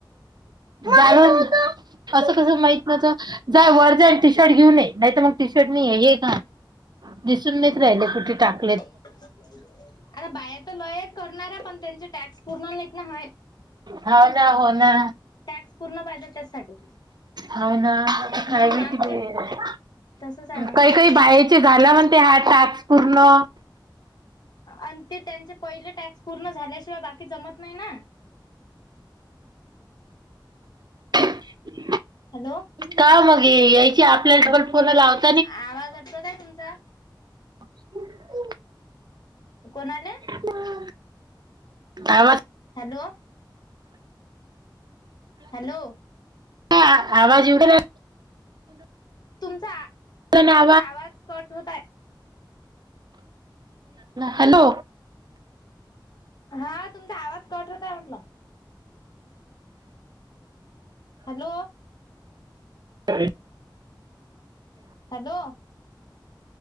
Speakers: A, on the right; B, on the left.
A: जाणून असं कसं माहित नव्हतं? नाय वर जाय अन टी शर्ट घेऊन ये. नाही तर मग टी शर्ट नहीये, हे घाल. दिसून नहीच राहिले कुठे टाक
B: आता बायातं लाँयत करणारेय, पण त्यांचे टॅक पूर्ण नाहीत ना होयल.
A: हाव ना, हो ना.
B: टॅक्स पूर्ण पाहिजे त्याचसाठी.
A: हो ना आता
B: हम्म
A: काय बी
B: आमचे
A: तितंये.
B: तसच आहे मग
A: काही काही बाईचे झाला म्हणते हा टास्क पूर्ण.
B: अन ते त्यांचे पहिले टॅक्स पूर्ण झाल्याशिवाय बाकी जमत नाही ना.
A: <inaudible>
B: हॅलो?
A: काय वो मग यायचे आपल्याला डबल फोन लावत
B: आवाज अटकतोय तुमचा.
A: <inaudible>
B: कोण आलं?
A: <unintelligible> आवाज
B: हॅलो हॅलो,
A: ह आवाज येते काय!
B: तुमचा
A: राहिला
B: तुमचा
A: ना
B: आवाज कट होताय?
A: हॅलो,
B: हा, तुमचा आवाज कट होतंय म्हटलं. हॅलो.
A: <unintelligible>
B: हॅलो.